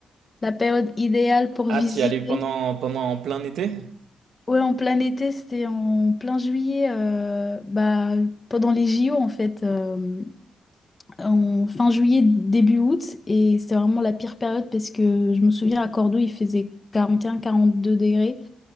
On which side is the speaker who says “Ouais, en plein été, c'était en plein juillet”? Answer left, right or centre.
Left